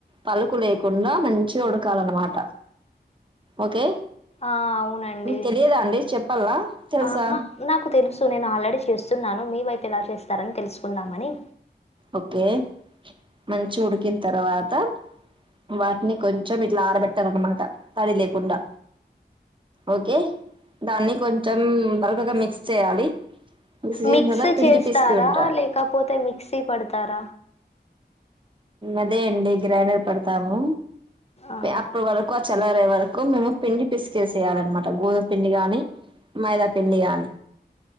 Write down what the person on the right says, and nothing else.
పలుకు లేకుండా మంచిగా ఉడకాలన్నమాట ఓకే
మీకు తెలియదా అండి చెప్పాలా తెలుసా
ఓకే మంచి ఉడికిన తర్వాత వాటిని కొంచెం ఇట్లా ఆరబెట్టాలనమాట తడి లేకుండా ఓకే దాన్ని కొంచెం బరకగా మిక్స్ చేయాలి. చేసిన
తర్వాత పిండి
పిసికి ఉంటా
అదే అండి గ్రైండర్ పడతాము
అప్పుడు వాళ్ళ కు చల్లరే వరకు మేము పిండి పిస్కేసేయాలన్నమాట గోధుమ పిండి గాని మైదాపిండి గాని